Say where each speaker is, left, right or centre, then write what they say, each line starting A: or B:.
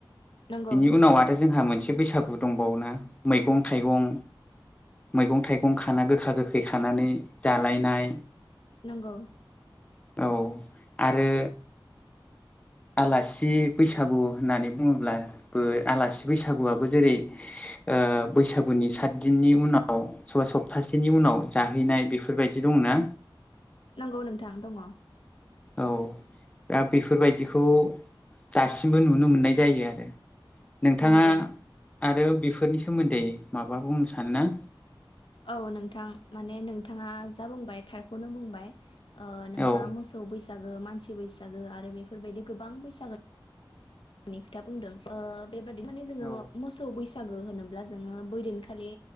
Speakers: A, on the left; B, on the left.
A: नंगौ
B: बिनि उनाव आरो जोंहा मोनसे बैसागु दंबावोना मैगं थाइगं मैगं थाइगं खाना गोखा गोखै खानानै जालायनाय
A: नंगौ
B: औ आरो आलासि बैसागु होननानै बुङोब्लाबो आलासि बैसागुआबो जेरै ओ बैसागुनि सातदिननि उनाव सोरबा सप्तासेनि उनाव जाहैनाय बेफोरबायदि दंना।
A: नंगौ नोंथां दङ।
B: औ दा बेफोरबायदिखौ दासिमबो नुनो मोननाय जायो आरो। नोंथाङा
A: नंगौ
B: आरो बेफो फोरनि सोमोन्दै माबा बुंनो सानो ना?
A: औ नोंथां माने नोंथाङा जा बुंबाय थारखौनो बुंबाय। ओ नोंथाङा
B: औ
A: मोसौ बैसागो मानसि बैसागो आरो बेफोरबायदि गोबां बैसागो खोथा बुंदों ओ बेबादि माने जोङो
B: औ
A: मोसौ बैसागु होनोब्ला जोङो बै दिनखालि